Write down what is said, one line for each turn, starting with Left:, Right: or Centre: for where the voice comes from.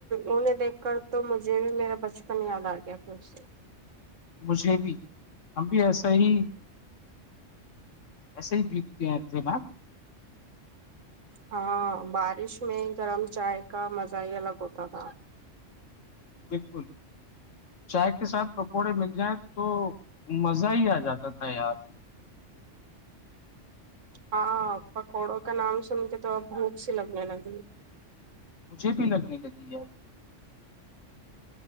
Right: انہیں دیکھ کر تو مجھے بھی میرا بچپن یاد آ گیا پھر سے
Left: مجھے بھی ہم بھی ایسا ہی ایسے بھیگ تھے نا
Right: ہاں بارش میں گرم چائے کا مزہ ہی الگ ہوتا تھا
Left: بالکل چائے کے ساتھ پکوڑے مل جائیں تو مزہ ہی آ جاتا تھا یار
Right: ہاں پکوڑوں کا نام سن کے تو اب بھوک سی لگنے لگی
Left: مجھے بھی لگنے لگی یار